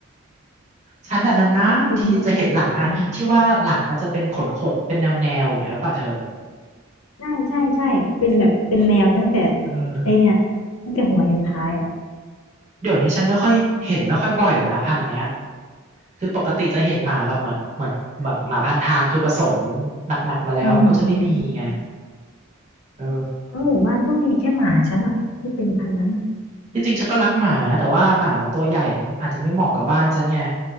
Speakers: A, on the right (about 35°); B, on the left (about 85°).
A: ฉันน่ะนานๆทีจะเห็นหลังอ่านที่ว่าหลังมันจะเป็นขนๆเป็นแนวๆอย่างเงี้ยหรือเปล่าเธอ
B: ที่คุณก็บอกว่าอย่างนี้ใช่ใช่ใช่เป็นแบบเป็นแนวตั้งแต่
A: เออ
B: ไอเนี่ยตั้งแต่หัวยันท้ายอ่ะ
A: เดี๋ยวนี้ฉันไม่ค่อยเห็นไม่ค่อยบ่อยแล้วนะพันธุ์เนี้ยคือปกติจะเห็นหมาแบบเหมือนเหมือนแบบหมาพันทางคือผสมหนักๆมาแล้วมันก็จะไม่มีไง
B: อืมอืมอืม
A: เออ
B: ทั้งหมู่บ้านก็มีแค่หมาฉันอะที่เป็นพันธุ์นั้นอะ
A: ที่จริงฉันก็รักหมาแต่ว่าหมามันตัวใหญ่มันอาจจะไม่เหมาะกับบ้านฉันไง